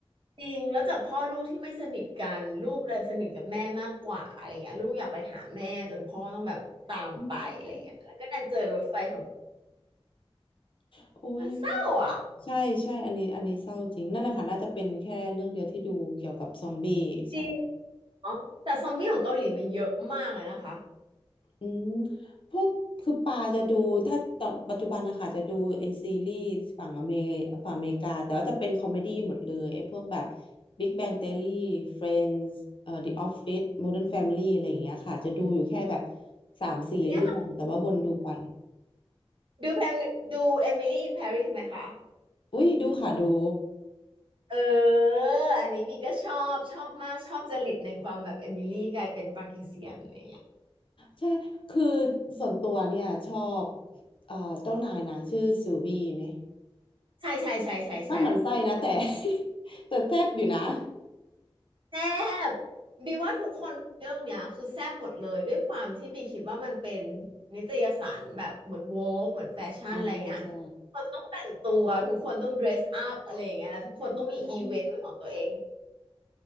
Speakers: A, on the right (about 55°); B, on the left (about 60°).
A: จริงแล้วจากพ่อลูกที่ไม่สนิทกันลูกเดินสนิทกับแม่มากกว่าอะไรเงี้ยลูกอยากไปหาแม่จนพ่อต้องแบบตามไปอะไรเงี้ยแล้วก็ดันเจอรถไฟขับ
B: อืมโอ้ย
A: มันเศร้าอ่ะ
B: ใช่ใช่อันนี้อันนี้เศร้าจริงนั่นแหละค่ะน่าจะเป็นแค่เรื่องเดียวที่ดูเกี่ยวกับซอมบี้ใช่
A: จริงเนาะแต่ซอมบี้ของเกาหลีมีเยอะมากเลยนะคะ
B: อืมพวกคือปาจะดูถ้าตอนปัจจุบันนะคะจะดูไอซีรีส์ฝั่งอเมริฝั่งอเมริกาแต่ว่าจะเป็นคอมเมดี้หมดเลยไอพวกแบบ Big Bang Theory Friends เอ่อ The Office Modern Family อะไรอย่างเงี้ยค่ะจะดูอยู่แค่แบบสามสี่เรื่องแต่ว่าวนดูไป
A: เนี่ยดูแพมดูเอมิลี่อินปารีสไหมคะ
B: อุ้ยดูค่ะดู
A: เอออันนี้บีก็ชอบชอบมากชอบจริตในความแบบเอมิลี่กลายเป็นปากีเซียนอะไรอย่างเงี้ย
B: ใช่คือส่วนตัวเนี่ยชอบเอ่อเจ้านายนางชื่อซูวีไหม
A: ใช่ใช่ใช่ใช่ใช่
B: หน้าหมั่นไส้นะแต่ <laughs> แต่แซ่บอยู่นะ
A: แซ่บบีว่าทุกคนเรื่องเนี้ยคือแซ่บหมดเลยด้วยความที่บีคิดว่ามันเป็นนิตยสารแบบเหมือนโวกเหมือนแฟชั่นอะไรเงี้ยทุกคนต้องแต่งตัวทุกคนต้องเดรสอัพอะไรอย่างเงี้ยแล้วทุกคนต้องมีอีเวนต์เป็นของตัวเอง
B: อ่าใช่อืม